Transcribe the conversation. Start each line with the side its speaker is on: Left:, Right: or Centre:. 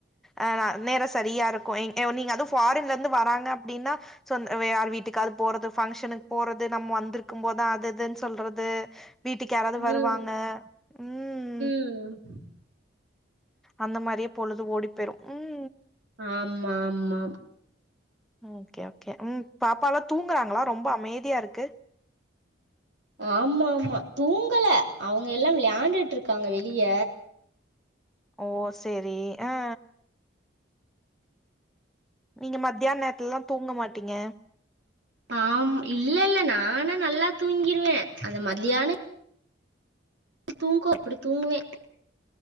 Centre: ஆ நேரோ சரியாருக்கு நீங்க அதுவு ஃபாரின்லருந்து வராங்க அப்படின்னா சோ வே யார் வீட்டுக்காது போறது ஃபங்க்ஷனுக்கு போறது நம்மோ வந்திருக்கும் போதா அது இதுன்னு சொல்றது வீட்டுக்கு யாராவது
Right: ம்
Centre: வருவாங்க ம்
Right: ம்
Centre: அந்த மாதிரியே பொழுது ஓடி பேயரு உம்
Right: ஆமா ஆமா
Centre: ஓகே ஓகே ம் பாப்பாலா தூங்குறாங்களா ரொம்ப அமைதியாருக்கு
Right: ஆமா ஆமா தூங்கல அவுங்க எல்லா விளையாண்ட்டுட்டு இருக்காங்க வெளிய
Centre: ஓ சேரி ஆ நீங்க மத்தியான நேரத்துலல்லா தூங்க மாட்டீங்க
Right: ஆம் இல்லல்ல நானு நல்லா தூங்கிருவே அந்த மதியானோ தூங்கு அப்பிடி தூங்குவே